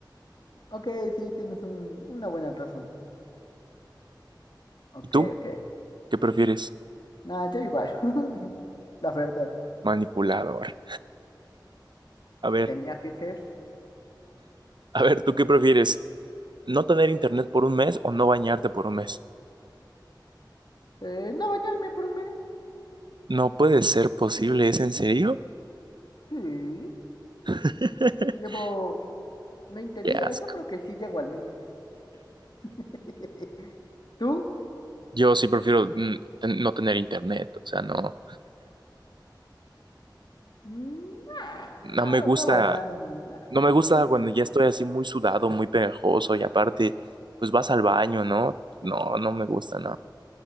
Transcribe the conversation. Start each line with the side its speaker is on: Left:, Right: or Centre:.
Left: Ok, sí, tienes un- una buena razón. Ok,
Right: ¿Y tú?
Left: ok.
Right: ¿Qué prefieres?
Left: Nada, yo igual. <laughs> La verdad,
Right: Manipulador. A ver,
Left: tenía que ser.
Right: a ver, ¿tú qué prefieres? ¿No tener internet por un mes o no bañarte por un mes?
Left: eh, no bañarme por un mes.
Right: No puede ser posible, ¿es en serio?
Left: Sí.
Right: <laughs>
Left: Llevo 20
Right: Qué
Left: días.
Right: asco.
Left: Yo creo que sí llego al mes. <laughs> ¿Tú?
Right: Yo sí prefiero mm, ten- no tener internet, o sea, no,
Left: Mm, Nah,
Right: no
Left: no,
Right: me gusta,
Left: no bañarme, nada, no
Right: no me
Left: hay
Right: gusta
Left: problema.
Right: cuando ya estoy así muy sudado, muy pegajoso y aparte, pues vas al baño, ¿no? No, no me gusta, no.